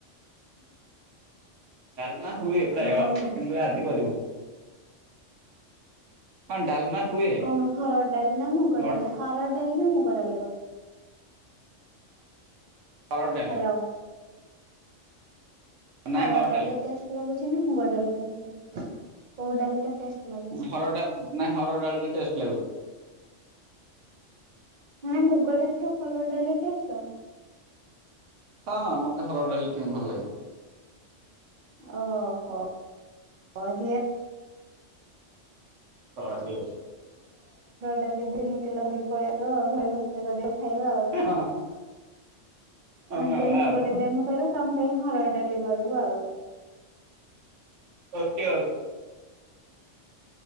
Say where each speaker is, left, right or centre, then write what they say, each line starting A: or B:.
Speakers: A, on the right; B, on the right.
A: ହୁଁ।
B: କାଲମାସ ହୁଏ ପ୍ରାୟ
A: କରିନ?
B: କିନ୍ତୁ ଆଜି କରିବୁ ହଁ ଡାଲମା। ହୁଏ
A: କଣ ହରଡ଼ ଡାଲି ନା ମୁଗଡାଲି
B: ବଟ୍
A: ହରଡ଼ଡାଲି ନା ମୁଗ ଡାଲି କରି
B: ହରଡ ଡ଼ାଲି।
A: ହ୍ୟାଲୋ
B: ନାଇଁ
A: ହରଡ
B: ହରଡ଼
A: ଡାଲିରେ
B: ଡାଲି
A: ଟେଷ୍ଟ ଲାଗୁଛି ନା ମୁଗ ଡାଲି କୋଉ ଡାଲି ଟା ଟେଷ୍ଟ? ଲାଗୁଛି?
B: ହରଡା ନାଁ ହରଡ ଡାଲିଟା ଟେଷ୍ଟ ଲାଗୁଛି।
A: ମାନେ ମୁଗ ଡାଲି ତୁ ହରଡ ଡାଲି ଟେଷ୍ଟ।
B: ହଁ ମତେ ହରଡ ଡାଲିି କେମି ଭଲ ଲାଗେ।
A: ଓହୋ। <inaudible> ହରଡ
B: ସରି
A: ଡାଲି ଦିନିକିଲ ଧରିକି ପଳେଇଆସିବ ଆଉ ଘରେ ରୋସେଇ କର। ଖାଇବା ଆଉ
B: ହଁ
A: ଆମ
B: ନବା
A: ପାଇଁ ମୁଗ
B: ଆଉ
A: ଡାଲି ଆମେ କରିବୁ। ତମ ପାଇଁ ହରଡ ଡାଲି କରିବ ଆଉ,
B: ଓକେ ଓକେ।